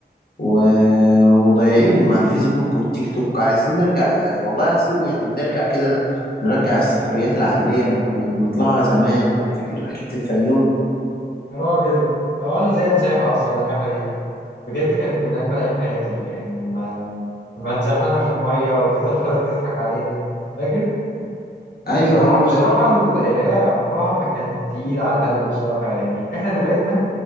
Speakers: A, on the left (about 55°); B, on the left (about 80°).
A: و... وضايعين مع الفيسبوك والتيك توك عايزين نرجع يعني والله عايزين يعني نرجع كده نرجع السفريات العائلية اللي كنا بنطلعها زمان يعني فاكر رحلة الفيوم
B: يا راجل هو أنا إزاي أنساها أصلا الرحلة دي بجد كانت من أجمل أيام حياتي يعني لما لما اتزحلقنا في المية وتيتا فضلت تضحك علينا فاكر؟
A: أيوه
B: وبصراحة
A: أيوه فاكر
B: بصراحة ال- العيلة عمرها ما كانت تقيلة على القلب بصراحة يعني إحنا اللي بعدنا